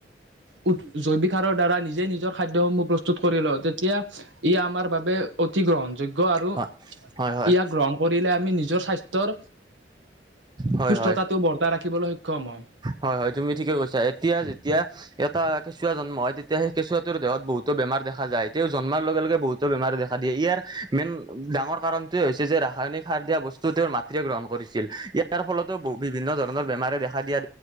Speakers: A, on the right; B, on the right.
A: উ জৈৱিক সাৰৰ দ্বাৰা নিজে নিজৰ খাদ্যসমূহ প্ৰস প্ৰস্তুত কৰি লওঁ, তেতিয়া ই আমাৰ বাবে অতি গ্ৰহণযোগ্য আৰু
B: হয় হয় হয়
A: ইয়াক গ্ৰহণ কৰিলে আমি নিজৰ স্বাস্থ্যৰ
B: হয়
A: সুস্থতাটো
B: হয়
A: বৰ্তাই ৰাখিবলৈ সক্ষম হয়।
B: হয়, হয় তুমি ঠিকে কৈছা। এতিয়া যেতিয়া এটা কেঁচুৱা জন্ম হয় তেতিয়া সেই কেঁচুৱা ৰ দেহত বহুত বেমাৰ দেখা যায়, তেওঁ জন্মাৰ লগে লগে বহুতো বেমাৰে দেখা দিয়ে ইয়াৰ মেইন ডাঙৰ কাৰণ তোৱে হৈছে যে ৰাসায়নিক সাৰ দিয়া বস্তু তেওঁৰ মাতৃয়ে গ্ৰহণ কৰিছিল। ইয়াৰ ফলতো বিভিন্ন ধৰণৰ বেমাৰে দেখা দিয়া